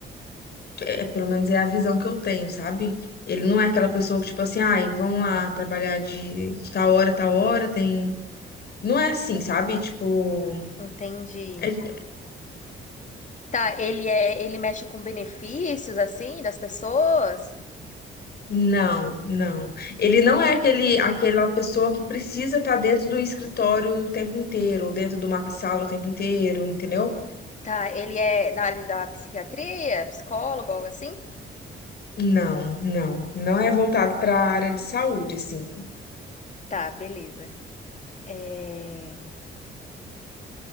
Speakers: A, on the left; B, on the left.
A: é, pelo menos é a visão que eu tenho, sabe? Ele não é aquela pessoa que, tipo assim, ai, vamos lá trabalhar de, de tal hora, tal hora, tem. Não é assim, sabe? Tipo,
B: Entendi.
A: é-
B: Tá, ele é, ele mexe com benefícios assim das pessoas?
A: não, não. Ele não é aquele, aquela pessoa que precisa estar dentro do escritório o tempo inteiro, ou dentro de uma sala o tempo inteiro, entendeu?
B: Tá, ele é na área da psiquiatria, psicólogo, algo assim?
A: Não, não. Não é voltado para a área de saúde, assim.
B: Tá, beleza. É,